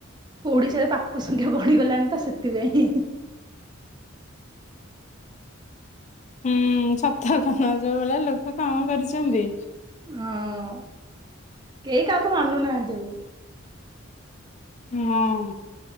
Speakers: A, on the right; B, on the left.
A: ଓଡିଶାରେ ପାପ ସଂଖ୍ୟା ବଢିଗଲାଣି ତ ସେଥିପାଇଁ।
B: ହୁଁ ସତ କଥା ଯୋଉ ଭଳେଆ ଲୋକ କାମ କରିଛନ୍ତି।
A: ହଁ କେହି କାହାକୁ ମାନୁନାହାନ୍ତି ଆଉ।
B: ହଁ।